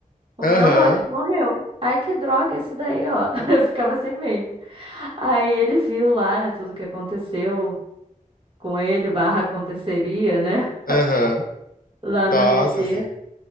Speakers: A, on the right; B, on the left.
A: O
B: Aham,
A: meu Loki morreu. Ai, que droga, esse daí, ó. <laughs> Eu ficava assim mesmo. Aí ele viu lá, né, tudo que aconteceu com ele, barra aconteceria, né,
B: aham.
A: lá
B: Nossa,
A: na VT.
B: assim.